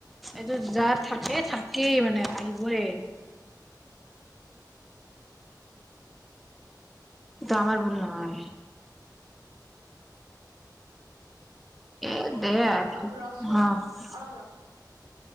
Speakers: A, in the centre; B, on the right.
A: এইটো যাৰ থাকে থাকেই মানে আহিবই। তো আমাৰ আমাৰ ভোল নাই।
B: এক
A: এ
B: মিনিট
A: দে
B: অলপ ৰচোন
A: হ <unintelligible>
B: অলপ ৰচোন